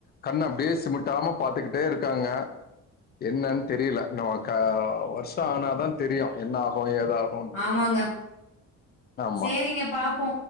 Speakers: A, on the left; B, on the left.
A: கண்ண அப்டியே சிமுட்டாம பாத்துக்கிட்டே இருக்காங்க என்னன் தெரில நமகா வருஷோ ஆனாதா தெரியு என்ன ஆகு ஏதா
B: ஆமாங்க
A: ஆமா
B: சேரிங்க
A: சே
B: பாப்போ